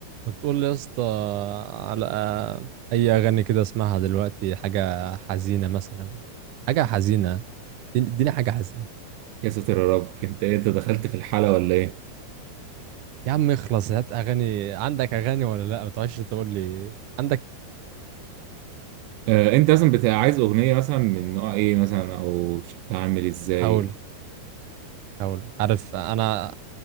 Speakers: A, on the right (about 65°); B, on the right (about 85°).
A: ما تقول لي يا اسطى على اي اغاني كده اسمعها دلوقتي حاجه حزينه مثلا حاجه حزينه اديني اديني حاجه حزينه
B: يا ساتر يا رب انت إيه، انت دخلت في الحالة ولا ايه
A: يا عم اخلص هات اغاني عندك اغاني ولا لا ما تقعدش تقول لي عندك
B: آه انت مثلا بتبقى عايز اغنية مثلا من نوع ايه مثلا او شكلها عامل ازاي
A: هقول هقول لك. عارف انا